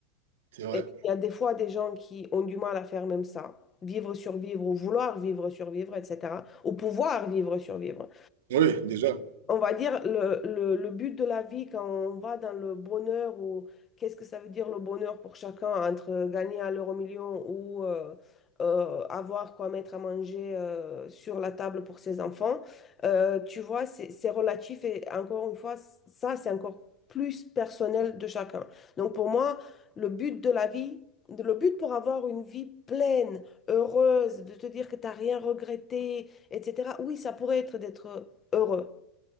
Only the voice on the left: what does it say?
Et il y a des fois des gens qui ont du mal à faire même ça, vivre, survivre, ou vouloir vivre, survivre, etc. Ou pouvoir vivre, survivre
on va dire, le, le, le but de la vie quand on va dans le bonheur ou qu'est-ce que ça veut dire le bonheur pour chacun entre gagner à l'euro million ou euh, euh, avoir quoi mettre à manger euh, sur la table pour ses enfants, euh, tu vois, c'est c'est relatif et encore une fois, ça, c'est encore plus personnel de chacun. Donc pour moi, le but de la vie, de- le but pour avoir une vie pleine, heureuse, de te dire que tu n'as rien regretté, etc., oui, ça pourrait être d'être heureux.